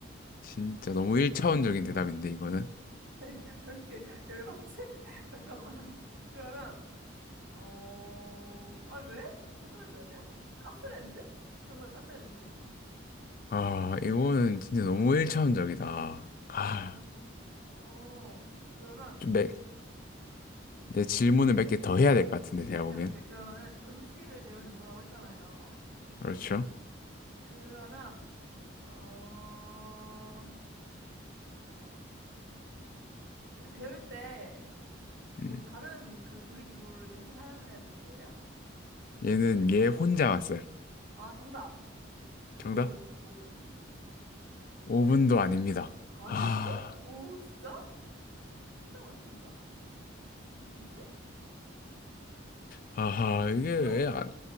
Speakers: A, on the left; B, on the right.
A: 진짜 너무 1차원적인 대답인데 이거는.
B: <laughs> 왜 이렇게 열받지? <laughs> 잠깐만. 그러면, 어, 아니, 왜? 전자레인지 아니야? 가스레인지? 정답, 가스레인지.
A: 아, 이거는 진짜 너무 1차원적이다. 아,
B: 그럼, 어, 그러면
A: 좀 매, 내 질문을 몇 개 더 해야 될 것 같은데, 제가
B: 오케이,
A: 보기엔.
B: 오케이. 그러면은 음식을 데우는 용도라고 했잖아요.
A: 그렇죠?
B: 그러면, 어, 그 데울 때 뭐
A: 음.
B: 다른 그 조리기구를 같이 사용해야 되는 거예요?
A: 얘는 얘 혼자 왔어요.
B: 아, 정답.
A: 정답?
B: 오븐, 오븐.
A: 오 분도 아닙니다.
B: 아니라고?
A: 아,
B: 오, 진짜? 혼자만 쓴다? 뭐지?
A: 아하, 이게
B: 주로,
A: 왜 안,